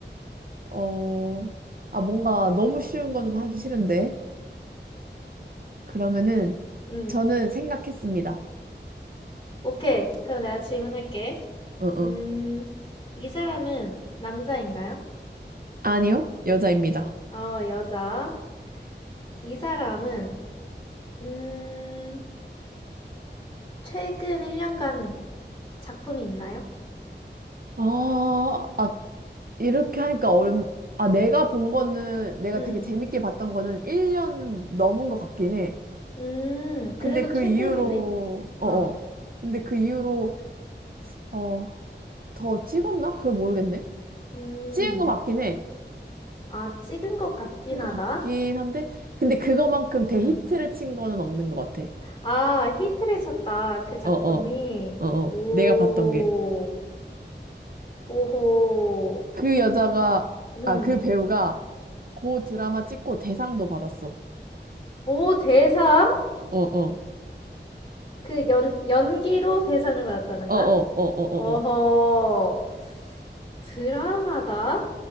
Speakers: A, on the right; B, on the left.
A: 어, 아, 뭔가 너무 쉬운 거는 하기 싫은데. 그러면은,
B: 응.
A: 저는 생각했습니다.
B: 오케이. 그럼 내가 질문할게.
A: 응, 응.
B: 음, 이 사람은 남자인가요?
A: 아니요, 여자입니다.
B: 어, 여자. 이 사람은, 음, 최근 1년간 작품이 있나요?
A: 아, 아, 이렇게 하니까 어렵, 아, 내가 본 거는, 내가
B: 음,
A: 되게 재밌게 봤던 거는 1년 넘은 것 같긴 해.
B: 음, 그래도
A: 근데 그
B: 최근이네.
A: 이후로, 어어.
B: 어,
A: 근데 그 이후로, 어, 더 찍었나? 그걸 모르겠네.
B: 음,
A: 찍은 것 같긴 해.
B: 아, 찍은 것 같긴 하다.
A: 것 같긴 한데, 근데 그거만큼 대히트를
B: 음,
A: 친 거는 없는 것 같아.
B: 아, 히트를 쳤다. 그 작품이.
A: 어, 어, 어, 어.
B: 오,
A: 내가 봤던 게.
B: 오호.
A: 그 여자가,
B: 음.
A: 아, 그 배우가 그 드라마 찍고 대상도 받았어.
B: 오, 대상?
A: 어, 어,
B: 그 연, 연기로 대상을 받았다는 거야?
A: 어, 어, 어, 어,
B: 어허.
A: 어,
B: 드라마다?